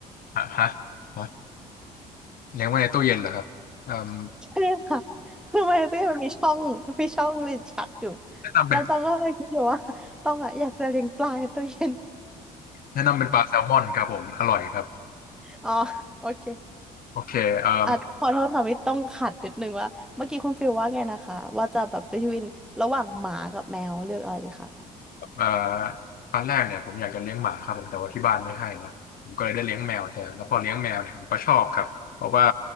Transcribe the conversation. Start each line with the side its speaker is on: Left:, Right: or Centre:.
Left: ฮะฮะฮะเลี้ยงไว้ในตู้เย็นเหรอครับเอ่ม
Centre: ใช่ค่ะคือมันในตู้เย็นมันมีช่องมีช่องลิ้นชักอยู่
Left: แนะนำเป็น
Centre: แล้วตองก็เลยคิดอยู่ว่าตองอะอยากจะเลี้ยงปลาในตู้เย็น
Left: แนะนำเป็นปลาแซลมอนครับผมอร่อยครับ
Centre: อ๋อโอเค
Left: โอเคเอ่อ
Centre: อ่ะขอโทษค่ะไม่ต้องขัดนิดนึงว่าเมื่อกี้คุณฟิลว่าไงนะคะว่าจะแบบดนวินระหว่างหมากับแมวเลือกอะไรดีคะ
Left: เอ่อตอนแรกเนี่ยผมอยากจะเลี้ยงหมาครับผมแต่ว่าที่บ้านไม่ให้เนาะผมก็เลยได้เลี้ยงแมวแทนแล้วพอเลี้ยงแมวเนี่ยผมก็ชอบครับเพราะว่า